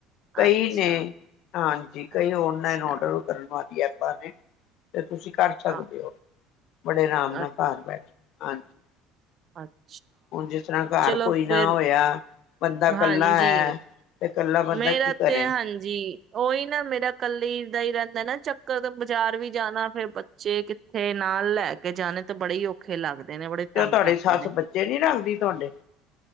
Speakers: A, on the left (about 65°); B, on the right (about 50°).
A: ਕਈ
B: ਅੱਛਾ
A: ਨੇ ਹਾਂਜੀ ਕਈ
B: ਅੱਛਾ
A: ਔਨਲਾਈਨ ਔਡਰ ਕਰਨ ਵਾਲੀ ਹੈ ਪਾਣੇ ਤੇ ਤੁਸੀਂ ਕਰ ਸਕਦੇ
B: ਆ-
A: ਹੋ ਬੜੇ ਆਰਾਮ ਨਾਲ
B: ਅ-
A: ਘਰ ਬੈਠੇ ਹਾਂਜੀ
B: ਅੱਛਾ
A: ਹੁਣ ਜਿਸ ਤਰ੍ਹਾਂ ਘਰ
B: ਚਲੋ
A: ਕੋਈ
B: ਫਿਰ
A: ਨਾ ਹੋਇਆ ਬੰਦਾ ਇਕੱਲਾ
B: ਹਾਂਜੀ
A: ਹੈ ਤੇ ਕੱਲਾ ਬੰਦਾ
B: ਮੇਰਾ
A: ਕੀ ਕਰੇ।
B: ਤੇ ਹਾਂਜੀ ਉਹੀ ਨਾ ਮੇਰਾ ਕੱਲੀ ਦਾ ਹੀ ਰਹਿੰਦਾ ਨਾ ਚੱਕਰ ਬਾਜ਼ਾਰ ਵੀ ਜਾਣਾ ਫੇਰ ਬੱਚੇ ਕਿੱਥੇ ਨਾਲ ਲੈ ਕੇ ਜਾਣੇ ਤਾਂ ਬੜੇ ਹੀ ਔਖੇ ਲੱਗਦੇ ਨੇ ਬੜੇ
A: ਤੇ
B: ਤੰਗ
A: ਉਹ ਤੁਹਾਡੀ
B: ਕਰਦੇ
A: ਸੱਸ
B: ਨੇ
A: ਬੱਚੇ ਨੀ ਰੱਖਦੀ ਤੁਹਾਡੇ